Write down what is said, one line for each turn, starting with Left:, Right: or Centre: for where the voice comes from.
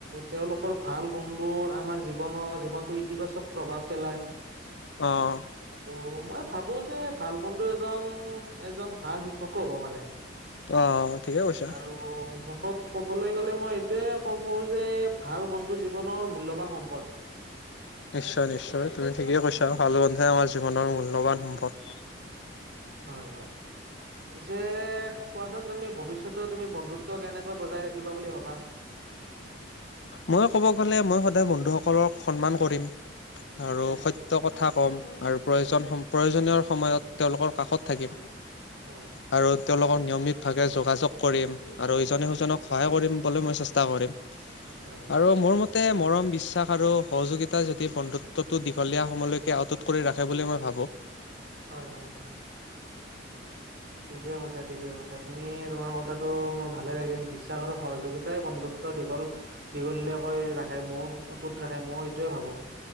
Right: তেওঁলোকৰ ভাল গুণবোৰ, আমাৰ জীৱনৰ জীৱনটো ইতিবাচক প্ৰভাৱ পেলায়।
Left: অ'!
Right: আৰু মই ভাবোঁ যে, ভাল বন্ধু এজন, এজন ভাল শিক্ষকো হ'ব পাৰে।
Left: অ', ঠিকে কৈছা।
Right: আৰু শেষত ক'বলৈ গ'লে, মই, এইটোৱে কওঁ যে, ভাল বন্ধু জীৱনৰ মূল্যবান সম্পদ।
Left: <inaudible> নিশ্চয়, নিশ্চয়, তুমি ঠিকেই কৈছা। ভাল বন্ধুৱে আমাৰ জীৱনৰ মূল্যবান সম্পদ।
Right: হয়, হয়। পিছে, কোৱাচোন তুমি ভৱিষ্যত তুমি বন্ধুত্ব কেনে বজাই ৰাখিবা বুলি ভাবা?
Left: মই ক'ব গ'লে, মই সদায় বন্ধুসকলক সন্মান কৰিম। আৰু
Right: উম
Left: সত্য কথা কম আৰু প্ৰয়োজন, প্ৰয়োজনীয়ৰ সময়ত তেওঁলোকৰ কাষত থাকিম।
Right: হয়।
Left: আৰু তেওঁলোকক নিয়মিতভাৱে যোগাযোগ কৰিম আৰু ইজনে,
Right: হয়
Left: সিজনক সহায় কৰিম বুলি মই চেষ্টা কৰিম।
Right: হয় হয়
Left: আৰু মোৰ মতে, মৰম বিশ্বাস আৰু সহযোগিতা যদি বন্ধুত্বটো দীঘলীয়া সময়লৈকে আতুত কৰি ৰাখে বুলি মই ভাবোঁ।
Right: হয়, হয়। ঠিকে কৈছা, ঠিকে কৈছা। তুমি, তোমাৰ কথাটো, মোৰ ভাল ভালে লাগিল। বিশ্বাস আৰু সহযোগিতাই বন্ধুত্ব দীঘল দীঘলীয়াকৈ ৰাখে। মই অতুত ৰাখে মই এইটোৱে ভাবোঁ।